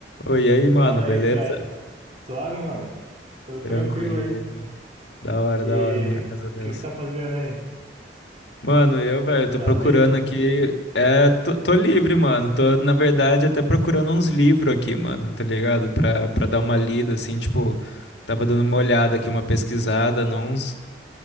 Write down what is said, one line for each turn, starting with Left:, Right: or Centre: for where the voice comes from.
Left: Oi, e aí, mano,
Right: Fala
Left: beleza?
Right: aí, Fred. Suave, mano? Tô tranquilo
Left: Tranquilo.
Right: aí.
Left: Da hora, da
Right: E
Left: hora, mano, graças a Deus.
Right: o que que tá fazendo aí?
Left: Mano, eu, velho, tô
Right: Tá
Left: procurando
Right: livre?
Left: aqui. É, tô, tô livre, mano. Tô, na verdade, até procurando uns livros aqui, mano, tá ligado? Pra, pra dar uma lida, assim, tipo, tava dando uma olhada aqui, uma pesquisada, uns.